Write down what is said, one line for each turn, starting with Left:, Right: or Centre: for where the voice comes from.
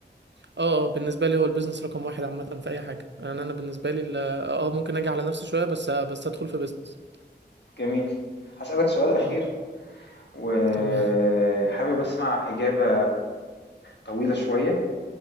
Right: اه بالنسبه لي هو البيزنس رقم واحد عامه في اي حاجه يعني انا بالنسبه لي ال- اه آه، ممكن اجي على نفسي شويه بس بس ادخل في بيزنس
Left: جميل. هاسألك سؤال أخير
Right: اه
Left: وحابب
Right: تمام
Left: أسمع إجابة طويلة شوية